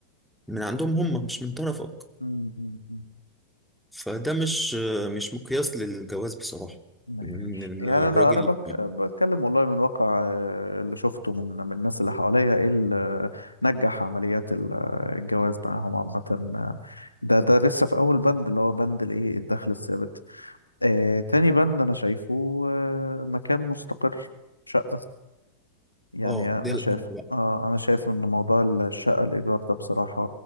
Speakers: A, in the centre; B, on the left.
A: من عندهم هم مش من طرفك
B: امم أمم، أمم.
A: فده مش مش مقياس للجواز بصراحه
B: ماشي
A: ان
B: يعني
A: الراجل
B: انا انا بك...
A: يبقى
B: بتكلم والله من واقع آه، اللي شفته من من الناس اللي حواليا ايه اللي نجح عمليات ال- الجواز معاهم عامة آه، ده ده لسه في اول بند اللي هو بند الايه الدخل الثابت آه تاني بند انا شايفه آه مكان مستقر شقة يعني
A: اه ده
B: انا
A: الاهم
B: شايف اه انا شايف ان موضوع الشقه الايجار ده بصراحه